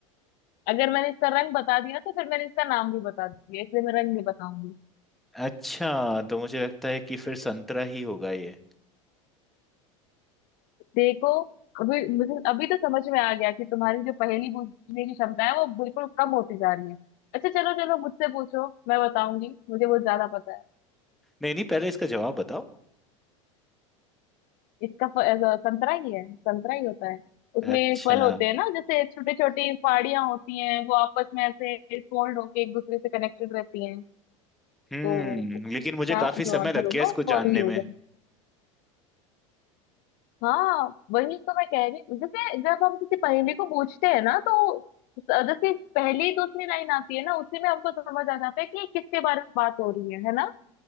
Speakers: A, on the left; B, in the centre.
A: अगर मैंने इसका रंग बता दिया तो फिर मैंने इसका नाम भी बता दिया इसलिए मैं रंग नहीं बताऊंगी
B: अच्छा तो मुझे लगता है कि फिर संतरा ही होगा ये
A: देखो अभी मुझे अभी तो समझ में आ गया कि तुम्हारी जो पहेली पूछने की क्षमता है वो बिल्कुल कम होती जा रही है अच्छा चलो चलो मुझसे पूछो मैं बताऊंगी मुझे बहुत ज्यादा पता है
B: नहीं नहीं पहले इसका जवाब बताओ
A: इसका फ- ऐसा संतरा ही है संतरा ही होता है उसमें
B: अच्छा
A: फल होते हैं ना जैसे छोटी छोटी फाड़ियां होती हैं वो आपस में ऐसे फोल्ड होके एक दूसरे से कनेक्टेड रहती हैं
B: हम्म
A: तो इसका
B: लेकिन मुझे काफी
A: जो
B: समय
A: आंसर
B: लग
A: होगा
B: गया इसको
A: वो
B: जानने
A: फल ही होगा
B: में
A: हाँ वही तो मैं कह रही हूँ जैसे जब हम किसी पहेली को पूछते हैं ना तो जैसे पहली दूसरी लाइन आती है ना उसी में हमको समझ आ जाता है कि ये किसके बारे में बात हो रही है है ना